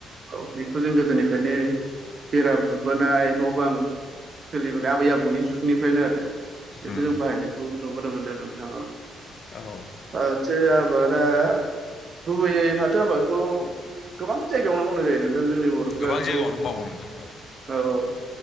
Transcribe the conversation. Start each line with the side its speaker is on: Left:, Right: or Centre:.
Right: औ बेखौ जों गोदोनिफ्रायनो बेरा दुमबोनाय न' बां सोलिबोनाय आबै आबौनि जुगनिफ्रायनो आरो बेखौ
Left: उम
Right: जों बाहायनायखौ नुबोनो मोनदों नोंथां औ।
Left: औ।
Right: फाथो आबादा गुबैयै फाथो आबादखौ गोबां जायगायावनो मावनाय जायो नों थां जोंनि बरफ्रा
Left: गोबां
Right: बेखौ
Left: जायगायावनो
Right: औ
Left: मावो नोंथां
Right: औ।